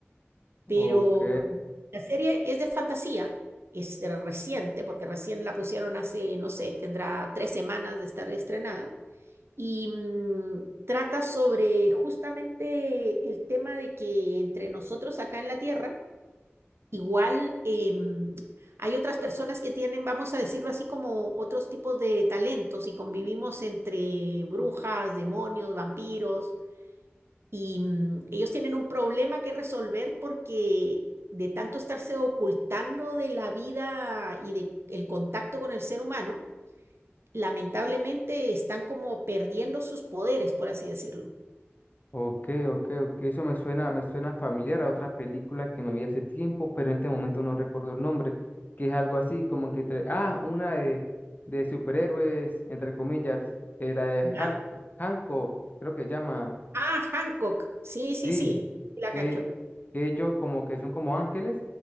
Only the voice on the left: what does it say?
Ok.
Ok, ok, ok. Eso me suena, me suena familiar a otra película que me vi hace tiempo, pero en este momento no recuerdo el nombre, que es algo así, como que... tra- Ah, una de, de superhéroes, entre comillas, eh, la de
Har Hancock, creo que se llama.
Sí,
que,
que ellos como que son como ángeles,